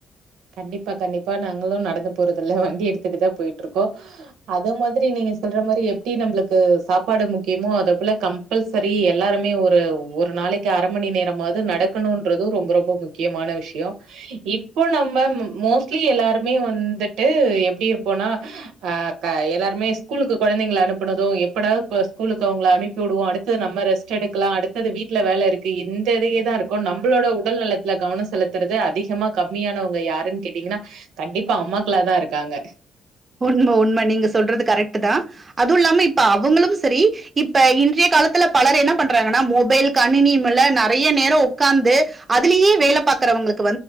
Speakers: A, on the right; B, on the right.
A: கண்டிப்பா கண்டிப்பா நாங்களும் நடந்து போறது இல்ல வண்டி எடுத்துட்டு தான் போயிட்டு இருக்கோம் அதே மாதிரி நீங்க சொல்ற மாரி எப்படி நம்மளுக்கு சாப்பாடு முக்கியமோ அத போல கம்பல்சரி எல்லாருமே ஒரு ஒரு நாளைக்கு அரை மணி நேரமாவது நடக்கணும்ன்றது ரொம்ப ரொம்ப முக்கியமான விஷயம் இப்போ நம் ப மோஸ்லி எல்லாருமே வந்துட்டு எப்படி இருப்போம்னா ஹ கா எல்லாருமே ஸ்கூலுக்கு குழந்தைங்கல அனுப்பனதும் எப்படாவது ஸ்கூலுக்கு அவங்க அனுப்பி விடுவோம் அடுத்தது நம்ம ரெஸ்ட் எடுக்கலாம் அடுத்தது வீட்டுல வேல இருக்கு எந்த ளே தான் இருக்கும் நம்மளோட உடல் நலத்துல கவனம் செலுத்துறது அதிகமா கம்மியான யாருன்னு கேட்டீங்கன்னா கண்டிப்பா அம்மாக்களா தான் இருக்காங்க
B: உண்ம உண்ம நீங்க சொல்றது கரெக்ட் தான் அதுவும் இல்லாம இப்ப அவங்களும் சரி இப்ப இன்றைய காலத்தில்லா பலர் என்ன பண்றாங்க மொபைல் கணினியும்ல நிறைய நேரம் உட்காந்து அதிலயே வேல பாக்குறவர்களுக்கு